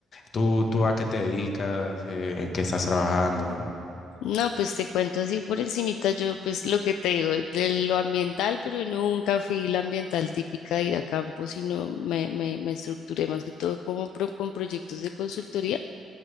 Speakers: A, on the left (about 55°); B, on the left (about 85°).
A: ¿Tú, tú a qué te dedicas? Eh, ¿en qué estás trabajando?
B: No, pues te cuento así por encimita, yo pues lo que te digo, de lo ambiental, pero nunca fui la ambiental típica de ir a campo, sino me, me, me estructuré más que todo como pro- con proyectos de consultoría.